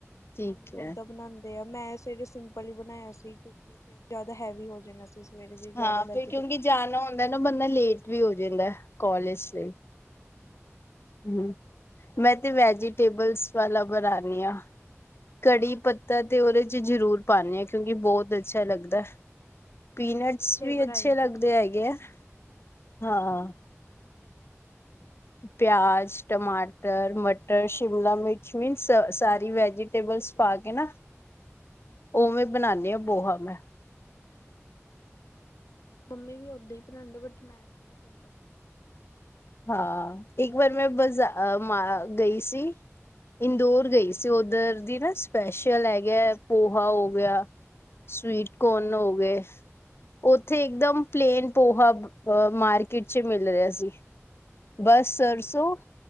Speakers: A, on the left; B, on the left.
A: ਠੀਕ
B: ਮੰਮੀ
A: ਹੈ
B: ਓਦਾਂ ਬਣਾੰਦੇ ਆ ਮੈਂ ਸਵੇਰੇ ਸਿੰਮ ਪਰ ਈ ਬਨਾਇਆ ਸੀ ਕਿਉਂਕਿ ਫਿਰ ਜੈਦਾ ਹੈਵੀ ਹੋ ਜਾਨਾ ਸੀ ਸਵੇਰੇ ਜੇ ਜੈਦਾ
A: ਹਾਂ
B: ਵੈਜ
A: ਫਿਰ ਕਿਉਂਕਿ ਜਾਨਾ ਹੁੰਦਾ ਨਾ ਬੰਦਾ ਲੇਟ ਵੀ ਹੋ ਜਾਂਦਾ ਕੋਲੇਜ ਸੇ।
B: ਹਾਂ।
A: ਹੂੰ, ਮੈਂ ਤੇ ਵੈਜੀਟੇਬਲਸ ਵਾਲਾ ਬਣਾਨੀ ਆ। ਕੜੀ ਪੱਤਾ ਤੇ ਓਦੇ ਚ ਜ਼ਰੂਰ ਪਾਨੇ ਆ ਕਿਉਂਕਿ ਬੋਤ ਅੱਛਾ ਲੱਗਦੈ। ਪੀਨਟਸ
B: ਹਾਂਜੀ ਉਹ ਫਲੇਵਰ
A: ਵੀ ਅੱਛੇ
B: ਆ ਜਾਂਦਾ
A: ਲੱਗਦੇ
B: ਉਹਦੇ
A: ਹੈਗੇ ਆ,
B: ਹਾਂਜੀ
A: ਹਾਂ। ਪਿਆਜ, ਟਮਾਟਰ, ਮਟਰ, ਸ਼ਿਮਲਾ ਮਿਰਚ ਮਿਨਸ ਸਾਰੀ ਵੈਜੀਟੇਬਲਸ ਪਾ ਕੇ ਨਾ
B: ਹਾਂਜੀ
A: ਓਵੇਂ ਬਨਾਨੀ ਆ ਪੋਹਾ ਮੈਂ।
B: ਮੰਮੀ ਵੀ ਓਦਾਂ ਈ ਬਨਾੰਦੇ ਬਟ ਮੈਂ ਥੋੜਾ ਸਿੰਪਲ ਬਨਾਨੀ ਆਂ।
A: ਹਾਂ, ਇੱਕ ਵਾਰ ਮੈਂ ਬਜ਼ਾ ਅ ਮਾ ਗਈ ਸੀ ਇੰਦੋਰ
B: ਹਮ
A: ਗਈ ਸੀ ਸੀ ਓਦਰ ਦੀ ਨਾ ਸਪੈਸ਼ਲ ਹੈਗੈ ਪੋਹਾ ਹੋ ਗਿਆ ਸਵੀਟ ਕੋਣ
B: ਅੱਛਾ
A: ਹੋ ਗਏ। ਓੱਥੇ ਇਕਦਮ ਪਲੇਨ ਪੋਹਾ ਮਾਰਕੀਟ ਚ ਮਿਲ ਰਿਆ ਸੀ। ਬਸ ਸਰਸੋਂ,
B: ਓਕੇ